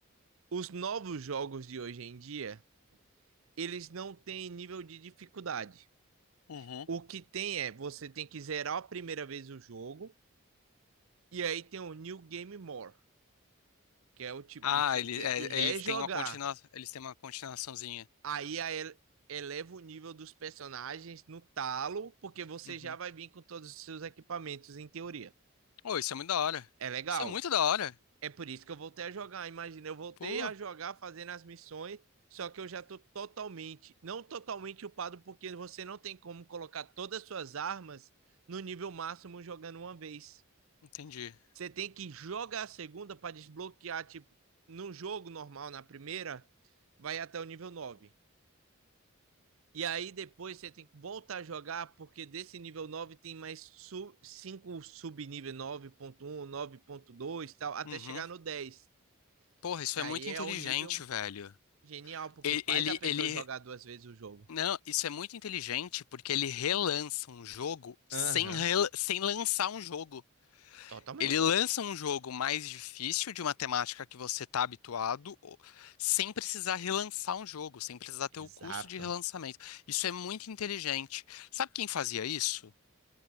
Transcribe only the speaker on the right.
Os novos jogos de hoje em dia, eles não têm nível de dificuldade.
O que tem é, você tem que zerar a primeira vez o jogo, e aí tem o New Game More, que é o tipo,
você
tem
que rejogar.
Aí a ele- eleva o nível dos personagens no talo, porque você
já vai vir com todos os seus equipamentos, em teoria.
É legal.
É por isso que eu voltei a jogar. Imagina, eu voltei
a jogar fazendo as missões, só que eu já tô totalmente, não totalmente upado, porque você não tem como colocar todas as suas armas no nível máximo jogando uma vez.
Você tem que jogar a segunda para desbloquear, tipo, num jogo normal, na primeira, vai até o nível nove E aí depois você tem que voltar a jogar, porque desse nível 9 tem mais 5 subnível 9.1, 9.2 tal, até
chegar no dez
E aí
é
o nível
genial, porque
faz
a pessoa
jogar duas vezes o jogo.
Aham,
uhum.
totalmente.
Exato.